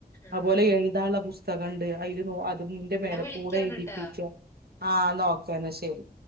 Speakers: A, on the left; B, on the right.
A: ആഹ്
B: അതുപോലെ എഴുതാനുള്ള പുസ്തകംുണ്ട് അയിൽ അതിന്റെ
A: എന്നാ
B: മേടപ്പ
A: വിളിക്കോണ്ടിട്ടോ
B: കൂടെ എഴതിപ്പിച്ചും ആ നോക്ക എന്ന ശരി